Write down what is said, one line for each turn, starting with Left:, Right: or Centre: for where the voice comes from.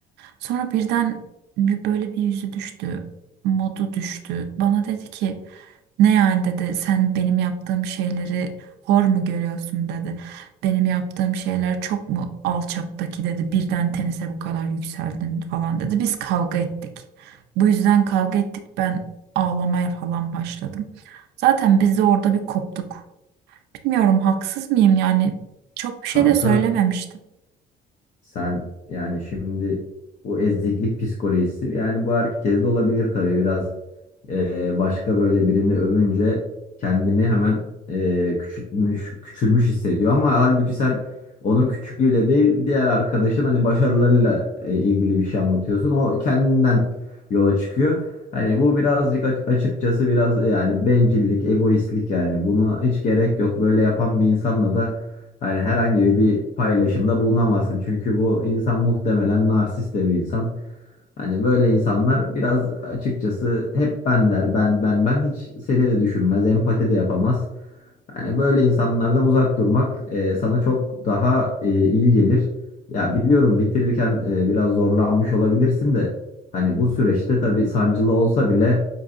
Right: Sonra birden bir- böyle bir yüzü düştü, modu düştü. Bana dedi ki ne yani dedi sen benim yaptığım şeyleri hor mu görüyorsun dedi. Benim yaptığım şeyler çok mu alçaktaki dedi birden tenise bu kadar yükseldin falan dedi. Biz kavga ettik. Bu yüzden kavga ettik ben ağlamaya falan başladım. Zaten biz de orada bir koptuk. Bilmiyorum haksız mıyım yani çok bir
Left: Kanka
Right: şey de söylememişti.
Left: Sen yani şimdi bu eziklik psikolojisi yani bu herkeste olabilir tabii biraz eee, başka böyle birini övünce kendini hemen eee, küçültmüş küçülmüş hissediyor ama halbuki sen onun küçüklüğüyle değil diğer arkadaşın hani başarılarıyla e, ilgili bir şey anlatıyorsun o kendinden yola çıkıyor. Hani bu birazcık aç- açıkçası biraz yani bencillik, egoistlik yani buna hiç gerek yok. Böyle yapan bir insanla da yani herhangi bir paylaşımda bulunamazsın. Çünkü bu insan muhtemelen narsist de bir insan. Hani böyle insanlar biraz açıkçası hep ben der, ben, ben, ben hiç seni de düşünmez, empati de yapamaz. Yani böyle insanlardan uzak durmak e, sana çok daha e, iyi gelir. Ya biliyorum bitirirken e, biraz zorlanmış olabilirsin de hani bu süreçte tabii sancılı olsa bile